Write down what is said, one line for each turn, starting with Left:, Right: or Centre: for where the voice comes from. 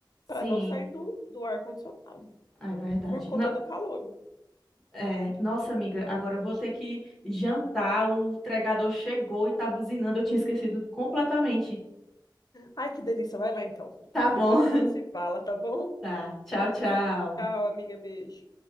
Centre: Sim.
Left: para não sair do, do ar-condicionado,
Centre: Ah, É verdade.
Left: por conta
Centre: No-
Left: do calor.
Centre: é, nossa, amiga, agora eu vou ter que jantar. O entregador chegou e tá buzinando. Eu tinha esquecido completamente.
Left: Ai, que delícia. Vai lá então.
Centre: Tá
Left: Depois
Centre: bom. <laughs>
Left: a gente se fala, tá bom?
Centre: Tá. Tchau, tchau.
Left: Tchau, amiga. Beijo.